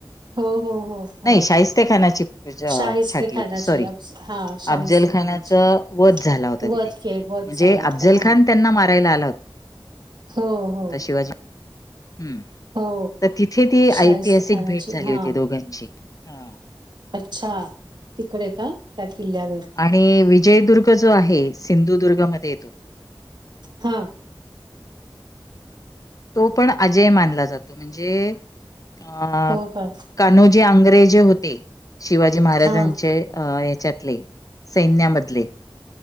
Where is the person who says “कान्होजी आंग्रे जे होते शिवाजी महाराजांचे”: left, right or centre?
Left